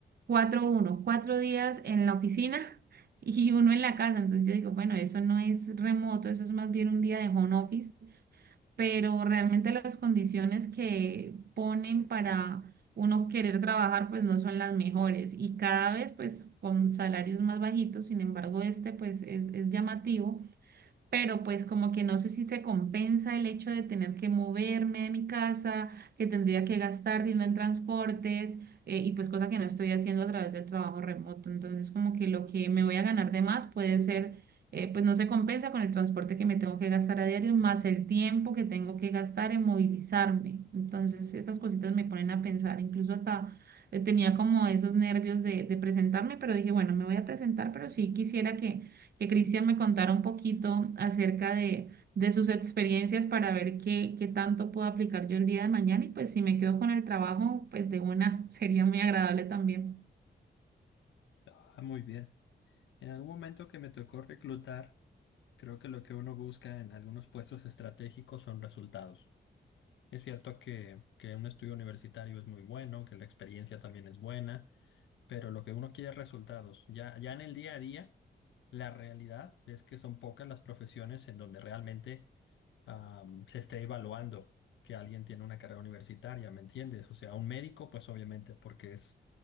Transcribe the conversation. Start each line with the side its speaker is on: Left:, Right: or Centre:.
Right: cuatro uno cuatro días en la oficina <laughs> y uno en la casa. Entonces yo digo, bueno, eso no es remoto, eso es más bien un día de home office pero realmente las condiciones que ponen para uno querer trabajar pues no son las mejores y cada vez pues con salarios más bajitos, sin embargo este pues es, es llamativo pero pues como que no sé si se compensa el hecho de tener que moverme de mi casa, que tendría que gastar dinero en transportes eh, y pues cosa que no estoy haciendo a través del trabajo remoto. Entonces como que lo que me voy a ganar de más puede ser, eh, pues no se compensa con el transporte que me tengo que gastar a diario, más el tiempo que tengo que gastar en movilizarme. Entonces estas cositas me ponen a pensar, incluso hasta... eh, Tenía como esos nervios de, de presentarme, pero dije, bueno, me voy a presentar, pero sí quisiera que, que Cristian me contara un poquito acerca de, de sus experiencias para ver qué, qué tanto puedo aplicar yo el día de mañana y pues si me quedo con el trabajo, pues de una sería muy agradable también.
Left: Ah, muy bien. En algún momento que me tocó reclutar, creo que lo que uno busca en algunos puestos estratégicos son resultados. Es cierto que, que un estudio universitario es muy bueno, que la experiencia también es buena, pero lo que uno quiere es resultados. Ya, ya en el día a día, la realidad es que son pocas las profesiones en donde realmente am, se esté evaluando que alguien tiene una carrera universitaria, ¿me entiendes? O sea, un médico, pues obviamente, porque es